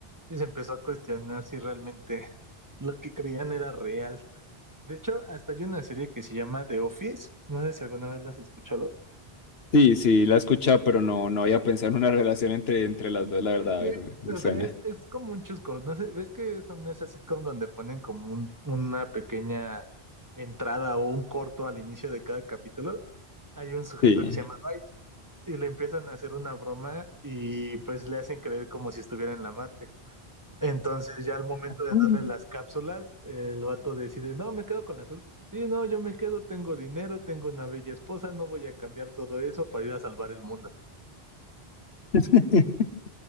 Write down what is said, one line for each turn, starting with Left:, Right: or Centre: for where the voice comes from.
Right: sí se empezó a cuestionar si realmente lo que creían era real. De hecho, hasta hay una serie que se llama The Office. No sé si alguna vez la has escuchado.
Left: Sí, sí, la he escuchado, pero no, no había pensado en una relación entre, entre las dos, la verdad,
Right: Es que,
Left: a ver, me
Right: o
Left: suena.
Right: sea, es, es como un chusco, ¿no? sé, ¿Ves que son esas sitcom donde ponen como un- una pequeña entrada o un corto al inicio de cada capítulo? Hay un sujeto
Left: Sí.
Right: que se llama Dwight y le empiezan a hacer una broma y pues le hacen creer como si estuviera en la Matrix. Entonces ya al momento de
Left: Mm.
Right: darle las cápsulas, el vato decide, no, me quedo con la azul. Sí, no, yo me quedo, tengo dinero, tengo una bella esposa, no voy a cambiar todo eso para ir a salvar el mundo.
Left: <laughs>